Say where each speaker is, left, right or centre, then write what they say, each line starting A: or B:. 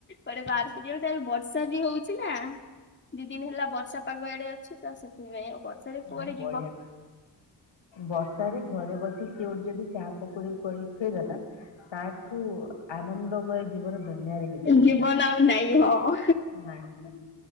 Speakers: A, on the left (about 25°); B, on the left (about 80°).
A: ପରେ ବାହାରକୁ ଯିବା କୁ ବର୍ଷା ବି ହଉଛି ଅଛି ନା ଦି ଦିନ ହେଲା ବର୍ଷା ପାଗ ଆଡେ ଅଛି ତ ସେ ସେଥିପାଇଁ ଆଉ ବର୍ଷାରେ କୁଆଡେ
B: ଆଉ ବଢିଆ।
A: ଯିବ।
B: ବର୍ଷାରେ ଘରେ ବସିିକ କିଏ ଗୋଟେ ଯଦି ଚାହା ପକୋଡି କରି ଖୁଆଇଦେଲା। ତା ଠୁ ଆନନ୍ଦମୟ ଜୀବନ ଦୁନିଆରେ କିଛି
A: ଜୀବନ
B: ନାହିଁ।
A: ଆଉ ନାଇଁ ହଁ।
B: ନାଇଁ